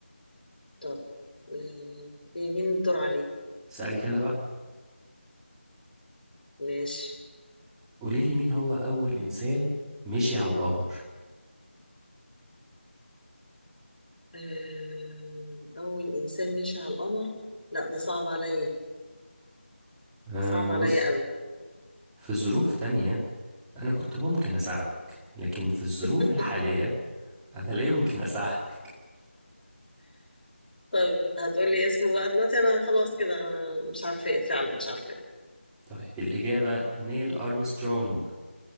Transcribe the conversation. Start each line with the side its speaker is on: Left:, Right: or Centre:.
Left: طب آه، إيه، مين الدور عليه
Centre: اسالك انا بقى
Left: ماشي
Centre: قولي لي مين هو اول انسان مشي على القمر
Left: آه، أول إنسان مشي على القمر لا ده صعب عليا
Centre: آه
Left: صعب عليا
Centre: بص
Left: أوي
Centre: في ظروف تانية انا كنت ممكن اساعدك لكن في الظروف
Left: <laughs>
Centre: الحاليه أنا لا يمكن أساعدك
Left: طب هتقولي اسمه بقى دلوقتي أنا خلاص كده أنا مش عارفة فعلا مش عارفة
Centre: طيب الإجابة نيل أرمسترونج